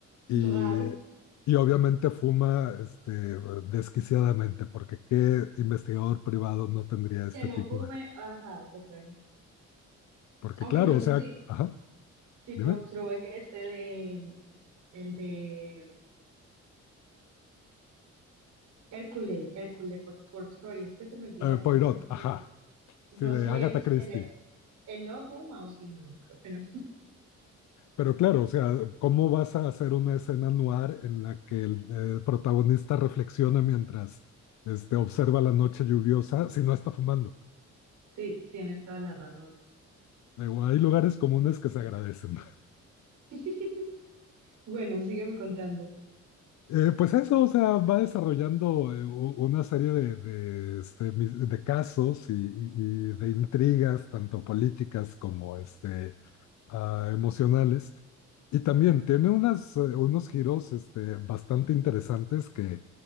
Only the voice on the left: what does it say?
y
y obviamente fuma este, desquiciadamente, porque qué investigador privado no tendría este
tipo
de...
Porque
claro,
o sea,
ajá,
dime.
Eh,
Poirot,
ajá,
sí, de
Agatha
Christie.
Pero claro, o sea, ¿cómo vas a hacer una escena noir en la que el eh, protagonista reflexiona mientras este,
observa la noche lluviosa si no está fumando?
Digo, hay lugares comunes que se agradecen.
Eh, pues eso, o sea, va desarrollando eh, u- una serie de, de, este, mis- de casos y, y- y de intrigas, tanto políticas como este, ah, emocionales. Y también tiene unas, eh, unos giros este, bastante interesantes que,